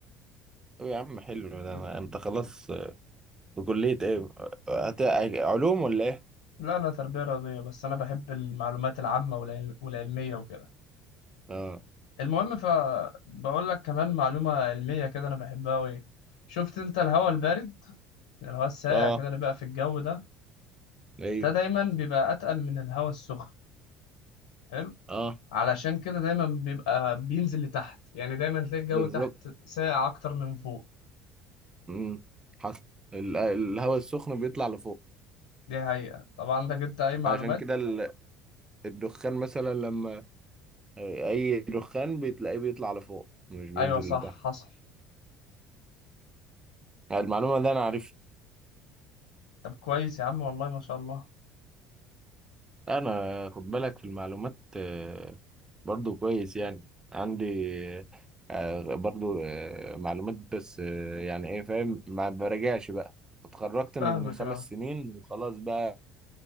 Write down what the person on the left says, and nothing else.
أهو
لا أنا تربية رياضية بس أنا بحب المعلومات العامة والعل- والعلمية وكده
المهم فبقول لك كمان معلومة علمية كده أنا بحبها أوي شفت أنت الهواء البارد الهواء الساقع
كده اللي بقى في الجو ده
ده دايما بيبقى أتقل من الهواء السخن حلو
علشان كده دايما بيبقى بينزل لتحت يعني دايما تلاقي الجو
تحت ساقع أكتر من فوق
دي حقيقة طب عندك أنت أي معلومات؟
أيوة صح
حصل
طب كويس يا عم والله ما شاء الله
فاهمك
أه